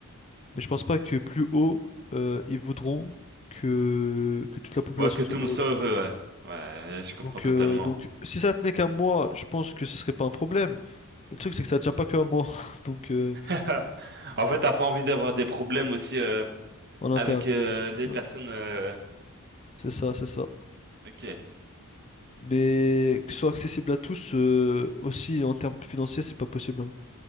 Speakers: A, on the left; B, on the right.
A: mais je pense pas que plus haut, euh, ils voudront que, que toute la population
B: Ouais, que
A: soit
B: tout le
A: heureuse.
B: monde soit heureux, ouais. Ouais, je comprends
A: Donc,
B: totalement.
A: euh, donc, si ça tenait qu'à moi, je pense que ce serait pas un problème. Mais le truc, c'est que ça tient pas que à moi. <laughs> Donc, euh,
B: <laughs> En fait, t'as pas envie d'avoir des problèmes aussi euh,
A: en interne.
B: avec euh, les
A: Ouais,
B: personnes. euh,
A: c'est ça, c'est ça.
B: Ok.
A: Mais que ce soit accessible à tous, euh, aussi en termes financiers, c'est pas possible. hein.